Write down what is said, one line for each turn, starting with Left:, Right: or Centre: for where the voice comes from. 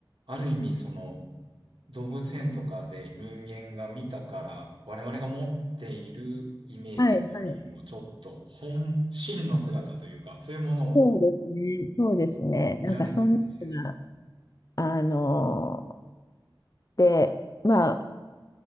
Right: ある意味、その、動物園とかで人間が見たから、我々が持っているイメージよりも、
Left: はいはい。
Right: ちょっと本、真の姿というか、そういうものを
Left: そうですね。そうですね。
Right: 見られてるんですよね。
Left: なんかそんなのが、あの、で、まあ、